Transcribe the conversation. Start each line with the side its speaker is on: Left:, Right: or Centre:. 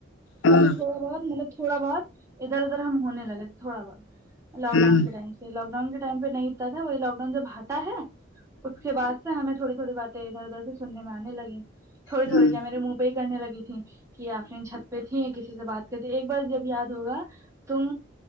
Left: ہاں
Right: ہمیں تھوڑا بہت مطلب تھوڑا بہت ادھر ادھر ہم ہونے لگے تھے تھوڑا بہت لاک
Left: ہوں
Right: ڈاؤن کے ٹائم سے لاک ڈاؤن کے ٹائم پہ نہیں اتا تھا وہی لاک ڈاؤن جب آتا ہے اس کے بعد ہمیں تھوڑی تھوڑی بیں ادھر ادھر سے سننے میں آنے لگی تھوڑے
Left: ہوں
Right: تھوڑے
Left: ہوں
Right: کیا میرے منہ پہ ہی کرنے لگ تھی کہ یہ آفرین چھت پہ تھی یا کسی سے بات تو ایک بار جب یاد ہوگا تم